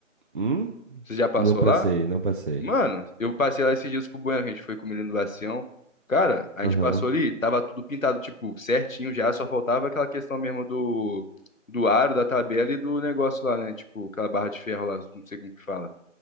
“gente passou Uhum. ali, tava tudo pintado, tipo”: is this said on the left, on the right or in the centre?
Left